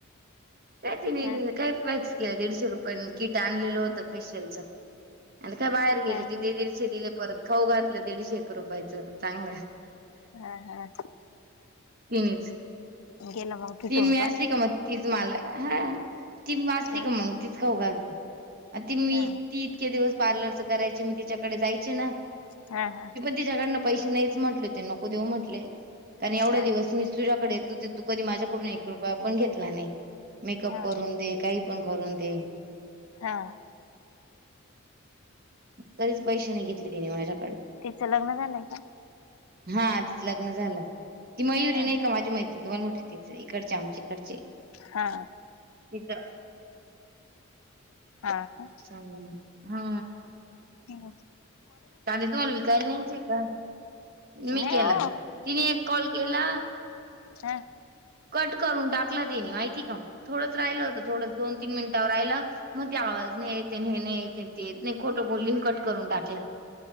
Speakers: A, on the right (about 45°); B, on the left (about 80°).
A: काय त नाही
B: ह
A: काय वॅक्स केलं दीडशे रुपया किट आणलेलं होतं. आणि काय बाहेर गेली
B: ह
A: त ते दि शे दिले परत खाऊ घातलं दीडशे रुपयाचं चांगल.
B: ह हा
A: तिनच
B: गेलं मग फिटून
A: तीन मी असली का मग तीच मला हा ती वाचली
B: ह
A: का मग तिथ खाऊ घालते त मी
B: हा
A: ती इतके दिवस पार्लर च करायचे मी तिच्याकडे जायची ना
B: हा हा
A: तीच्याकडनं पैसे नाहीच म्हटले हो ते नको देऊ म्हटले कारण एवढं
B: हा
A: मी तुझ्याकडे येतो त तू कधी माझ्याकडून एक रुपया पण घेतला नाही मेकअप
B: हा
A: करून दे काही पण करून दे
B: हा
A: कधीच पैसे नाही घेतले तने माझ्या
B: तिचं लग्न झालंय का
A: हा तिच लग्न झालं ती मयुरी
B: हा
A: नाही का माझी मैत्री तुम्हाला म्हट इकडचे आमचे इकडचे
B: हा
A: हथ
B: हा का
A: स हा
B: हो
A: कांद तुम्हाला विकायला नाहीयचे का मी
B: नाही
A: केला
B: हो
A: तिने एक कॉल केला
B: हा
A: कट करून टाकलं तेनी माहिती का थोडंच राहिलं होतं थोडंच दोन तीन मिनिटांवर राहिलं मग ते आवाज नाही येते हे नाही येते ते येत नाही खोटं बोलली कट करून टाकला